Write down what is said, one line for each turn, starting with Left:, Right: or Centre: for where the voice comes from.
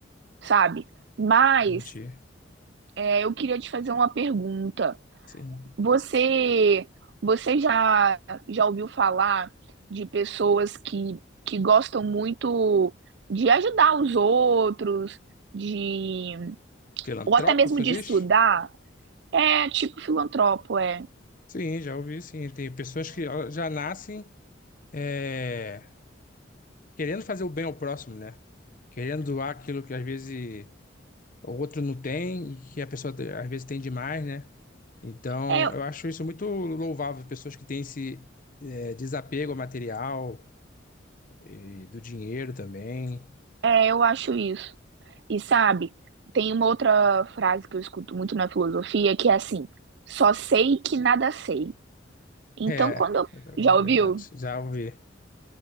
Right: sabe? Mas
Left: A gente,
Right: é, eu queria te fazer uma pergunta.
Left: sim.
Right: Você, você já, já ouviu falar de pessoas que, que gostam muito de ajudar os outros, de
Left: Filantropo,
Right: ou até mesmo
Left: tu
Right: de estudar?
Left: diz?
Right: É tipo filantropo, é.
Left: Sim, já ouvi, sim. Tem pessoas que ó, já nascem é, querendo fazer o bem ao próximo, né? Querendo doar aquilo que às vezes o outro não tem, e que a pessoa te- às vezes tem demais, né? Então,
Right: É,
Left: eu acho isso muito louvável, pessoas que têm esse é, desapego ao material e do dinheiro também.
Right: é, eu acho isso. E sabe, tem uma outra frase que eu escuto muito na filosofia que é assim: só sei que nada sei. Então,
Left: É,
Right: quando eu.
Left: é
Right: Já ouviu?
Left: verdade, já ouvi.